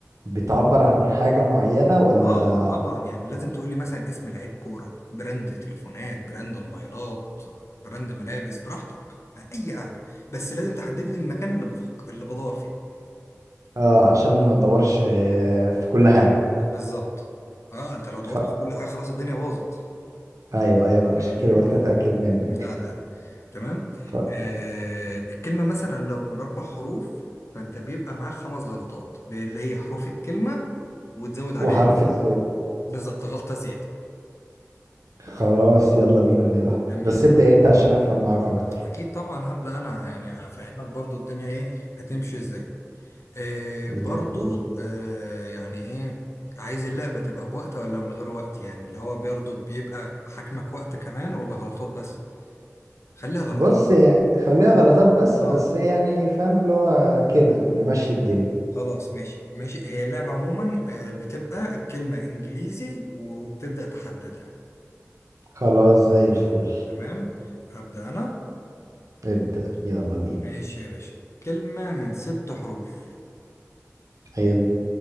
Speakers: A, on the right; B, on the left.
A: بتعبر عن حاجة معينة ولا
B: اه طبعا يعني لازم تقولي مثلا اسم لعيب كورة براند تليفونات براند موبايلات براند ملابس براحتك اي حاجة بس لازم تحدد لي المكان اللي بفك... اللي بدور فيه
A: اه عشان ما تدورش آه، في كل حاجة
B: بالظبط اه انت لو دورت
A: خ...
B: في كل حاجة خلاص الدنيا باظت
A: ايوه ايوه ما انا
B: فاهمني
A: عشان كده قلت اتأكد منك
B: لا لا تمام
A: خ...
B: آه الكلمة مثلا لو من اربع حروف فانت بيبقى معاك خمس غلطات اللي هي حروف الكلمة وتزود عليها
A: وحرف
B: إيه؟
A: الزد
B: بالظبط غلطة زيادة
A: خلاص يلا بينا نلعب
B: جميل
A: بس ابدأ انت عشان افهم معاك اكتر
B: اكيد طبعا هبدا انا يعني افهمك برضو الدنيا ايه هتمشي ازاي إيه
A: زي
B: برضو
A: الفل
B: إيه يعني ايه عايز اللعبه تبقى بوقت ولا من غير وقت يعني اللي هو برضو بيبقى حكمك وقت كمان ولا غلطات بس خليها غلطات
A: بص يعني خليها
B: خليها
A: غلطات
B: غلطات
A: بس
B: اه
A: بس يعني فاهم اللي هو كده نمشي الدنيا
B: خلاص ماشي ماشي هي اللعبه عموما آه، بتبقى الكلمه انجليزي وبتبدا تحددها
A: خلاص زي الفل
B: تمام هبدا انا
A: ابدأ يلا بينا
B: ماشي يا باشا كلمه من ست حروف
A: حلو